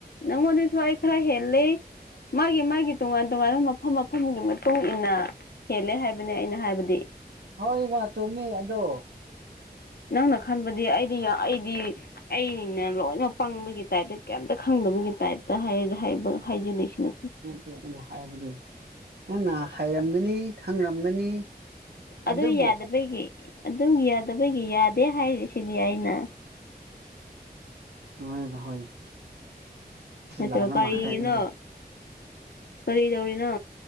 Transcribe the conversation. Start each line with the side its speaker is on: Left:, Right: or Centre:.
Left: ꯅꯪꯉꯣꯟꯗꯁꯨ ꯑꯩ ꯈꯔ ꯍꯦꯜꯜꯂꯤꯦ ꯃꯥꯒꯤ ꯃꯥꯒꯤ ꯇꯣꯉꯥꯟ ꯇꯣꯉꯥꯟꯕ ꯃꯐꯝ ꯃꯐꯝꯒꯤ ꯃꯇꯨꯡ ꯏ ꯃꯇꯨꯡꯏꯟꯅ ꯍꯦꯜꯂꯦ ꯍꯥꯏꯕꯅꯦ ꯑꯩꯅ ꯍꯥꯏꯕꯗꯤ
Right: ꯍꯣꯏ ꯋꯥ ꯆꯨꯝꯃꯦ ꯑꯗꯣ
Left: ꯅꯪꯅ ꯈꯟꯕꯗꯤ ꯑꯩꯗꯤ ꯑꯩꯗꯤ ꯑꯩꯅꯤꯅ ꯂꯣꯏꯅꯃꯛ ꯄꯪꯕꯒꯤ ꯇꯥꯏꯞꯇ ꯀꯩꯝꯇ ꯈꯪꯗꯕꯒꯤ ꯇꯥꯏꯞꯇ ꯍꯥꯏꯖꯗꯤꯁꯅ
Right: ꯑꯦ ꯑꯩꯅ ꯍꯥꯏꯕꯗꯤ ꯅꯪꯅ ꯍꯥꯏꯔꯝꯒꯅꯤ ꯈꯪꯔꯝꯒꯅꯤ
Left: ꯑꯗꯨ
Right: ꯑꯗꯨꯕꯨ
Left: ꯌꯥꯗꯕꯒꯤ ꯑꯗꯨ ꯌꯥꯗꯕꯒꯤ ꯌꯥꯗꯦ ꯍꯥꯏꯔꯤꯁꯤꯗꯤ ꯑꯩꯅ
Right: ꯑꯣ ꯍꯣꯏ
Left: ꯅꯠꯇ꯭ꯔꯣ
Right: ꯂꯥꯟꯕ
Left: ꯀꯔꯤꯒꯤꯅꯣ
Right: ꯃꯥꯜꯂꯦ ꯑꯗꯨꯗꯤ
Left: ꯀꯔꯤ ꯇꯧꯔꯤꯅꯣ